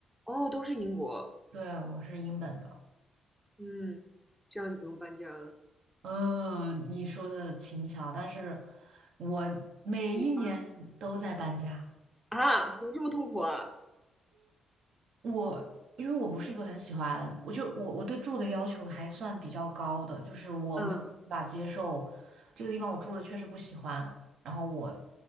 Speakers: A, in the centre; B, on the right.
A: 哦，都是英国。
B: 对，我是英本的。
A: 嗯，这样就不用搬家了。
B: 呃，你说的轻巧，但是我每一年都在搬家。
A: 你搬。啊，怎么这么痛苦啊？
B: 我因为我不是一个很喜欢，我就我我对住的要求还算比较高的，就是我没有办法接受这个地方我住的确实不喜欢，
A: 嗯
B: 然后我